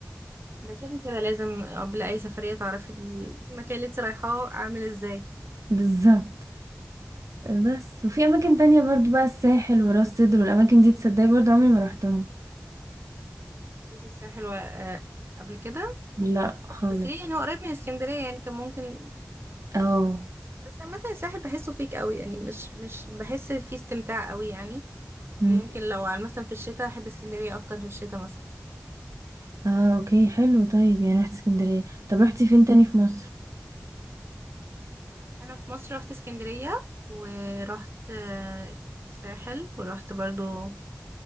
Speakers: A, on the right; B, on the right.
A: لكن كده لازم قبل اي سفريه تعرفي المكان اللي انت رايحاه عامل ازاي
B: بالظبط بس وفي اماكن تانية برضو بقى الساحل وراس سدر والاماكن دي تصدقي برضو عمري ما رحتهم
A: مفيش الساحل و... آه، قبل كده
B: لا خالص
A: بس ليه يعني هو قريب من اسكندريه يعني كان ممكن
B: اه
A: بس عامة الساحل بحسه فيك قوي يعني مش مش بحس فيه استمتاع قوي يعني
B: مم.
A: ممكن لو على مثلا في الشتاء احب اسكندرية اكتر في الشتاء مثلا
B: اه اوكي حلو طيب يعني رحت اسكندرية طب رحتي فين تاني في مصر
A: مم. انا في مصر رحت اسكندرية ورحت آه، الساحل ورحت برضو